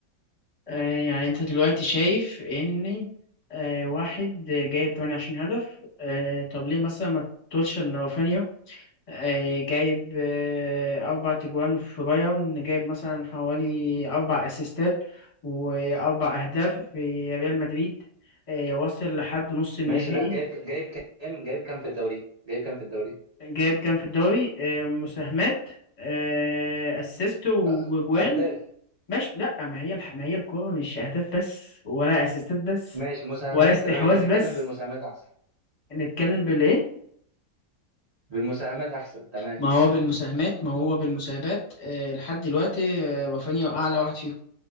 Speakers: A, on the left; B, on the right.
A: آه يعني أنت دلوقتي شايف إن آه واحد جايب 28 هدف آه طب ليه مثلا ما تقولش إن رافينيا آه، جايب آه، أربع تجوان في بايرن جايب مثلا حوالي أربع أسيستات وأربع أهداف في ريال مدريد آه، وصل لحد نص النهائي
B: ماشي لا جايب جايب كام جايب كام في الدوري جايب كام في الدوري
A: جايب كام في الدوري آه، مساهمات آه، أسيست وجوان
B: آه، اهداف
A: مش لأ ما هي الح- ما هي الكورة مش أهداف بس ولا أسيستات بس
B: ماشي مساهمات
A: ولا استحواذ
B: تمام يبقى نتكلم
A: بس
B: بالمساهمات احسن
A: نتكلم بالإيه
B: بالمساهمات احسن تمام
A: ما هو بالمساهمات ما هو بالمساهمات آه، لحد دلوقتي آه، رافينيا أعلى واحد فيهم